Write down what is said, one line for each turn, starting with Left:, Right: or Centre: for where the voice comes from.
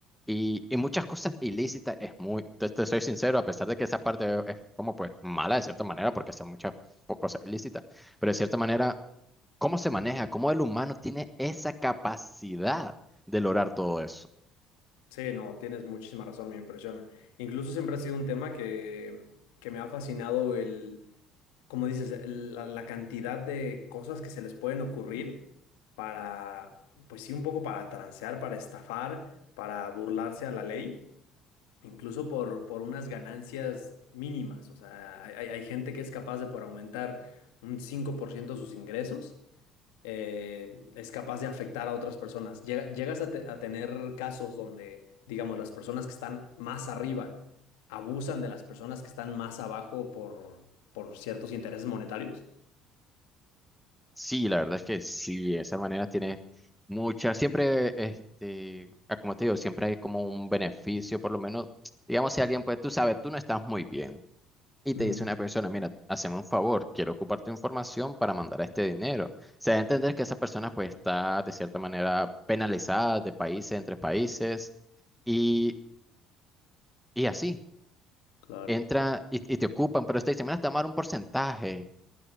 Centre: y, y muchas cosas ilícitas. Es muy, te, te soy sincero, a pesar de que esa parte es como pues mala de cierta manera porque son muchas po- cosas ilícitas, pero de cierta manera, ¿cómo se maneja? ¿Cómo el humano tiene esa capacidad de lograr todo eso?
Left: Sí, no, tienes muchísima razón, me impresiona. Incluso siempre ha sido un tema que, que me ha fascinado el, como dices, el- la, la cantidad de cosas que se les pueden ocurrir para, pues sí, un poco para transear, para estafar, para burlarse a la ley, incluso por, por unas ganancias mínimas. O sea, hay, hay hay gente que es capaz de por aumentar un 5% sus ingresos eh, es capaz de afectar a otras personas. Llega- llegas a, te- a tener casos donde, digamos, las personas que están más arriba abusan de las personas que están más abajo por, por ciertos intereses monetarios.
Centre: Sí, la verdad es que sí, de esa manera tiene mucha, siempre, este, ah, como te digo, siempre hay como un beneficio, por lo menos, digamos, si alguien, pues tú sabes, tú no estás muy bien y
Left: Ujú,
Centre: te dice una persona, mira, haceme un favor, quiero ocupar tu información para mandar este dinero. Se da a entender que esa persona, pues, está de cierta manera penalizada de países, entre países y, y así,
Left: claro.
Centre: entra y, y te ocupan, pero te dicen, mira, te vamos a dar un porcentaje.